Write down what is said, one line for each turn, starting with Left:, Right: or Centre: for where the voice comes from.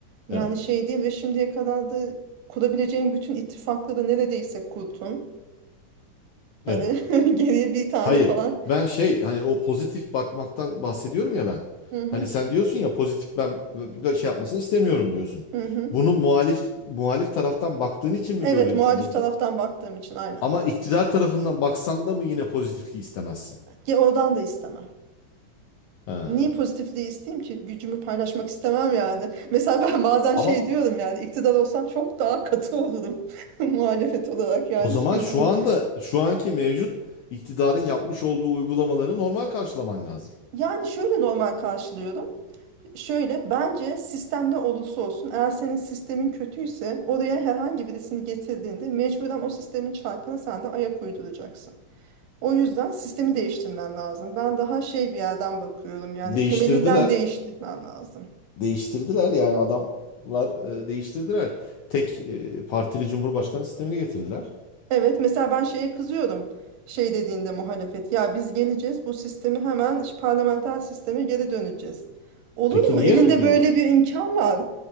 Right: Yani
Left: evet,
Right: şey değil ve şimdiye kadar da kurabileceğin bütün ittifakları neredeyse kurdun. Hani
Left: evet.
Right: <laughs> geriye bir tane
Left: Hayır,
Right: falan.
Left: ben şey hani o pozitif bakmaktan bahsediyorum ya ben.
Right: Hı hı,
Left: Hani sen diyorsun ya pozitif ben böyle şey yapmasını istemiyorum diyorsun.
Right: hı hı.
Left: Bunu muhalif muhalif taraftan baktığın için mi
Right: Evet
Left: böyle
Right: muhalif
Left: düşünüyorsun?
Right: taraftan baktığım için aynen.
Left: Ama iktidar tarafından baksan da mı yine pozitifliği istemezsin?
Right: Ya oradan da istemem.
Left: Ha.
Right: Niye pozitifliği isteyeyim ki? Gücümü paylaşmak istemem yani. Mesela ben bazen şey
Left: Ama
Right: diyorum yani iktidar olsam çok daha katı olurum <laughs> muhalefet olarak yani
Left: O zaman
Right: hiç gözün...
Left: şu anda şu anki mevcut iktidarın yapmış olduğu uygulamaları normal karşılaman lazım.
Right: Yani şöyle normal karşılıyorum. Şöyle bence sistem ne olursa olsun eğer senin sistemin kötüyse oraya herhangi birisini getirdiğinde mecburen o sistemin çarkına sen de ayak uyduracaksın. O yüzden sistemi değiştirmen lazım. Ben daha şey bir yerden bakıyorum yani
Left: Değiştirdiler.
Right: temelinden değiştirmen lazım.
Left: Değiştirdiler yani adamlar e, değiştirdiler. Tek e, partili cumhurbaşkanı sistemini getirdiler.
Right: Evet mesela ben şeye kızıyorum. Şey dediğinde muhalefet ya biz geleceğiz bu sistemi hemen ş- parlamenter sisteme geri döneceğiz. Olur
Left: Peki
Right: mu?
Left: niye
Right: Elinde
Left: öyle diyorlar?
Right: böyle bir imkan var.